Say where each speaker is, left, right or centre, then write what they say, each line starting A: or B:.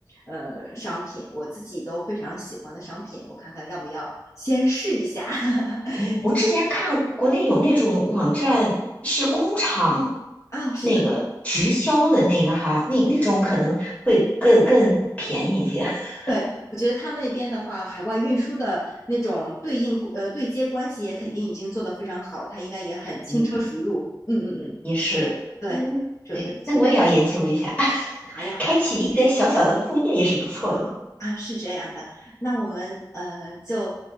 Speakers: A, on the left; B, on the left.
A: 呃，商品，我自己都非常喜欢的商品，我看看要不要先试一下。<laughs>
B: 嗯，我之前看国内有那种网站是工厂
A: 啊，是的，
B: 那个直销的那个哈，那那种可能会更更便宜一些。<laughs>
A: 对，我觉得他们那边的话，海外运输的那种对应呃对接关系也肯定已经做得非常好，他应该也很轻车熟路。
B: 嗯，
A: 嗯嗯嗯，
B: 也是，
A: 对，
B: 嗯，
A: 准备去，
B: 对，那我也要研究一下，<laughs>
A: 好呀。
B: 开启一个小小的副业也是不错的嘛。
A: 好呀啊，是这样的，那我们呃就